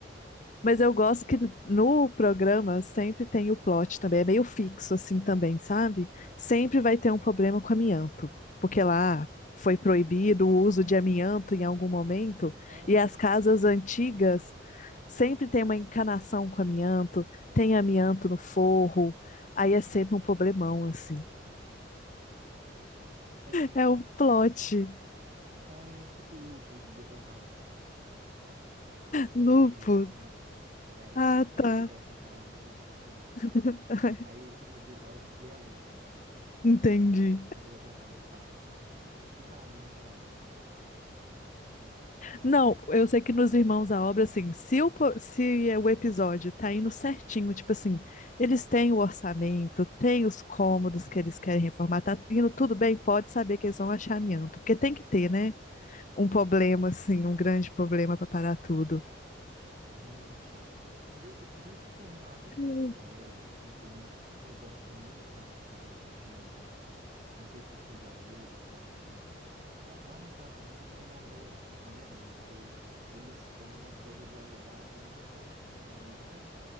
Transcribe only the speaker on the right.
<laughs>
Olha,
sabia
não.
Gente.
É, de-
ai, é tipo o lupus do Dr. House.
Já tá ali sempre. É,
eles sempre
testam pra lupus, nunca é lupus.
Aí eu tenho um episódio que é lupus.
Aí o Dr. House fala: finalmente é lupus.
Vão achar.
Gente, desse, desse formato de
série, assim, tem uma. Eu gosto muito daquelas de Não sei se você já viu, eles fazem. Lá, lá nos Estados Unidos, eles têm mania. Mania não, né? Do- Eles têm uma coisa de alugar aqueles depósitozinhos, né?